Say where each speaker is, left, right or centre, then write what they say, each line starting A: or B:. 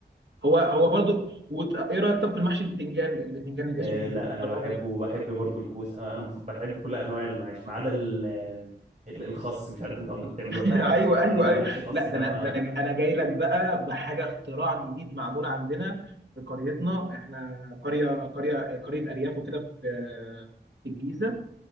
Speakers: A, on the right; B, on the right.
A: هو هو برضو وت... ايه رايك طب في المحشي البتنجان البتنجان الاسود
B: آه لا
A: والبتنجان
B: انا
A: الابيض
B: بحبه وبحب برضو الكوس انا أنا بف- بحب كل انواع المعاش ما عدا ال- ال- الخس مش عارف انتوا عندكم بتعملوه
A: <laughs>
B: ولا لا
A: ايوه
B: بس لما بتعمل
A: ايوه
B: المحشي
A: ايوه
B: خس
A: لا
B: ده
A: ده انا
B: ما
A: ده انا انا جاي لك بقى بحاجه اختراع جديد معمول عندنا في قريتنا احنا قريه قريه قريه ارياف وكده في في الجيزه